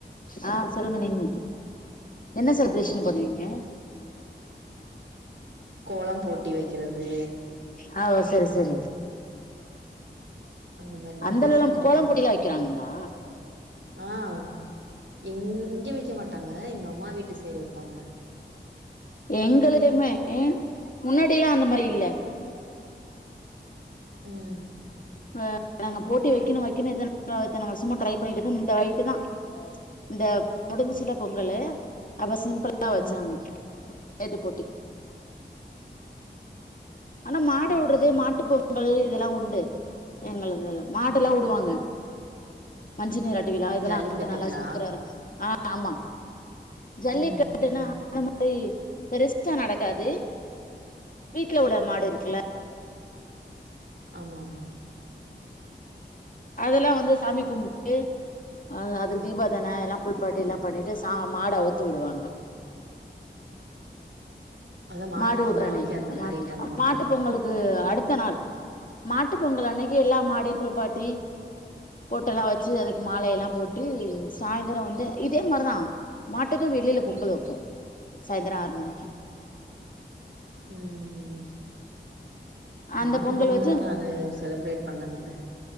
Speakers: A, on the left; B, on the right.
A: ஆஹ் சொல்லுங்க நீங்க என்ன செலிப்ரேஷன் பண்ணுவீங்க
B: கோலம் போட்டி வெக்கிறது
A: ஹ் ஓ செரி செரி
B: அந்த மாரி நா
A: அந்தளவுலாம்
B: பேசுறது எனக்கே
A: கோலம் போட்டிலாம்
B: கேக்குது
A: வைக்கிறாங்களா
B: ஆஹ் எங் இங்க வெக்க மாட்டாங்க எங்க அம்மா வீட்டு சைடு வெப்பாங்க
A: எங்களுக்குமே முன்னாடியெல்லா அந்த மாரி இல்ல
B: உம்
A: ஹ நாங்க போட்டி வெக்கணு வெக்கணு எத்தன எத்தன வருஷமா ட்ரை பண்ணிட்டு இருக்க இந்த <unintelligible> தா இந்த முடிஞ்சில்ல பொங்கலு அப்ப சிம்பிளா
B: ம்
A: வெச்சாங்க விளயாட்டு போட்டி ஆனா மாடு
B: சேரிங்க
A: வுட்றது
B: சேரி
A: மாட்டு பொங் பொங்கல் இதெல்லா உண்டு, எங்களுதுல மாடுல்லா வுடுவாங்க மஞ்சுநீராட் டு விழா இதெல்லா
B: ஜல்லிக்கட்டுங்களா
A: வந்து நல்லா சூப்பரா இருக்கு, ஆ, ஆமா ஜல்லிக்கட்டுனா
B: ம் ம்
A: அந்த மாரி பெருசா நடக்காது வீட்ல உள்ள மாடு இருக்குல
B: ஆமாமா
A: அதெல்லா வந்து சாமி கும்பிட்டு அ அதுக்கு தீபாரதன எல்லா குளிபாட்டி எல்லா பண்ணிட்டு ச மாட அவுத்து விடுவாங்க
B: அதா மாட்டு
A: மாடு
B: பொங்கல்
A: வுடுற
B: அன்னைக்கு
A: அன்னைக்கி
B: அந்த
A: மா
B: மாரி பண்ணுவாங்க
A: மாட்டு பொங்கலுக்கு அடுத்த நாள் மாட்டு பொங்கல் அன்னைக்கி எல்லா மாடயு குளிப்பாட்டி பொட்டெல்லா வச்சு அதுக்கு மாலையெல்லா போட்டு சாயந்தர வந்து இதே மாரிதா மாட்டுக்கு வெளியில பொங்கல் வைப்போ சாயந்தர ஆறு மணிக்கு
B: ம்
A: அந்த
B: மாட்டு
A: பொங்கல்
B: பொங்கல்லா
A: வச்சு
B: நாங்க செலிப்ரேட் பண்ணதுதில்ல